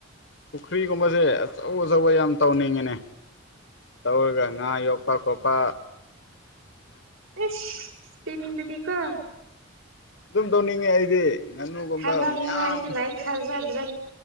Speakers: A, on the left; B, on the right.
A: ꯄꯨꯈ꯭ꯔꯤꯒꯨꯝꯕꯁꯦ ꯑꯆꯧ ꯑꯆꯧꯕ ꯌꯥꯝ ꯇꯧꯅꯤꯡꯉꯤꯅꯦ ꯇꯧꯔꯒ ꯉꯥ ꯌꯣꯛꯄꯥ ꯈꯣꯠꯄꯥ
B: ꯏꯁ ꯇꯤꯟꯒꯤꯗꯤ ꯀꯣ
A: ꯑꯗꯨꯝ ꯇꯧꯅꯤꯡꯉꯦ ꯑꯩꯗꯤ ꯉꯥꯅꯨꯒꯨꯝꯕ
B: ꯊꯖꯥꯅꯤꯡꯉꯥꯏꯁꯨ
A: ꯃꯌꯥꯝ
B: ꯂꯩ ꯊꯥꯖꯗ꯭ꯔꯥ